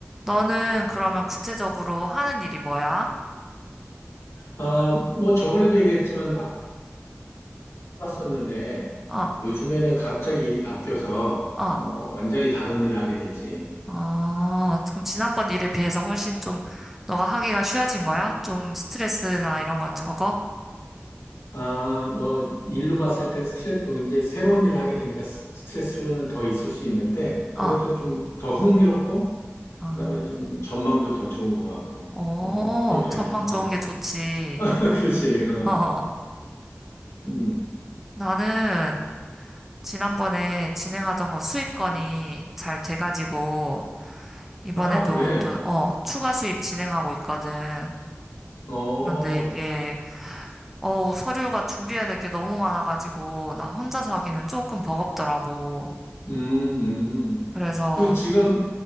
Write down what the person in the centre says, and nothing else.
너는 그러면 구체적으로 하는 일이 뭐야?
어,
어,
어, 그럼 지난번 일에 비해서 훨씬 좀 너가 하기가 쉬워진 거야? 좀 스트레스나 이런 건 적어?
어,
어,
오,
전망
좋은 게 좋지.
<laughs> 어,
나는 지난번에 진행하던 거 수입 건이 잘 돼가지고 이번에도
또, 어, 추가 수입 진행하고 있거든.
그런데 이게 어, 서류가 준비해야 될 게 너무 많아가지고, 나 혼자서 하기는 조금 버겁더라고.
그래서,